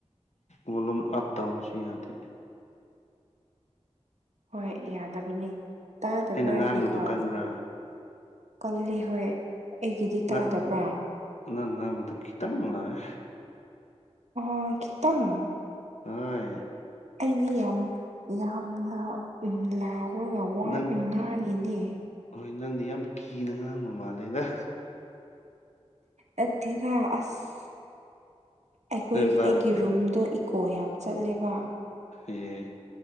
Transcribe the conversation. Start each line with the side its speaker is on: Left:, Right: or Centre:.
Left: ꯕꯣꯂꯨꯝ ꯑꯞ ꯇꯧꯕꯁꯨ ꯌꯥꯗꯦ
Right: ꯍꯣꯏ ꯌꯥꯗꯕꯅꯤ ꯇꯥꯗꯕ꯭ꯔꯥ
Left: ꯑꯩꯅ ꯉꯥꯡꯕꯗꯣ
Right: ꯑꯩꯒꯤ ꯈꯣꯟ
Left: ꯀꯟꯕ꯭ꯔꯥ
Right: ꯀꯜꯂꯦ ꯍꯣꯏ ꯑꯩꯒꯤꯗꯤ
Left: ꯅꯪ
Right: ꯇꯥꯗꯕ꯭ꯔꯥ
Left: ꯅꯪ ꯉꯥꯡꯕꯗꯨ ꯈꯤꯇꯪ ꯉꯥꯏ
Right: ꯑꯣ ꯈꯤꯇꯪ
Left: ꯍꯥꯏ
Right: ꯑꯩꯗꯤ ꯌꯥꯝ ꯌꯥꯝꯅ ꯂꯥꯎꯔꯒꯥ ꯋꯥ
Left: ꯅꯪ
Right: ꯉꯥꯡꯉꯤꯅꯦ
Left: ꯍꯣꯏ ꯅꯪꯗꯤ ꯌꯥꯝ ꯀꯤꯅ ꯉꯥꯡꯕ ꯃꯥꯜꯂꯦꯗꯥ
Right: ꯅꯠꯇꯦꯗꯥ ꯑꯁ ꯑꯩꯈꯣꯏꯒꯤ
Left: ꯅꯣꯏ ꯕꯥ
Right: ꯑꯩꯒꯤ ꯔꯨꯝꯗꯣ ꯏꯀꯣ ꯌꯥꯝ ꯆꯠꯂꯦꯕ
Left: ꯑꯦ